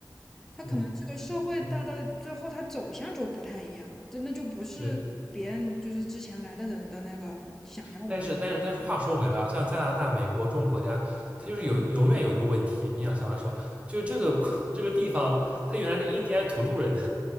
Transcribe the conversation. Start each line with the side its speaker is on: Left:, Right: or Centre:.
Centre: 他可能这个社会它的最后他走向就不太一样了，
Right: 嗯嗯，对
Centre: 真的就不是别人就是之前来的人的那个想要的那个。
Right: 对，但是但是但是话说回来啊，像加拿大、美国这种国家，它就是有永远有一个问题，你要想的时候，就是这个 <laughs> 这个地方，它原来是印第安土著人的，